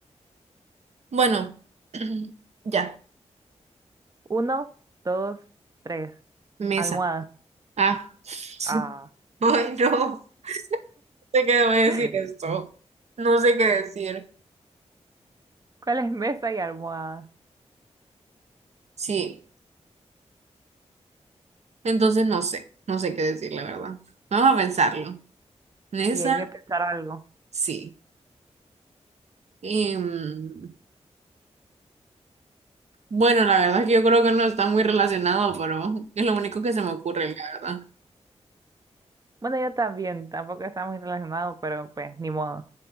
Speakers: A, on the right (about 70°); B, on the right (about 30°).
A: Bueno, <clears throat> ya,
B: Uno, dos, tres.
A: mesa.
B: Almohada.
A: Ah, <laughs>
B: Ah.
A: Ay, no. no sé qué debo decir
B: <laughs>
A: esto. No sé qué decir.
B: ¿Cuál es mesa y almohada?
A: Sí, entonces no sé, no sé qué decir, la verdad. Vamos a pensarlo. Mesa,
B: Sí, hay que pensar algo.
A: sí. Y, mm, bueno, la verdad es que yo creo que no está muy relacionado, pero es lo único que se me ocurre, la verdad.
B: Bueno, yo también, tampoco está muy relacionado, pero pues, ni modo.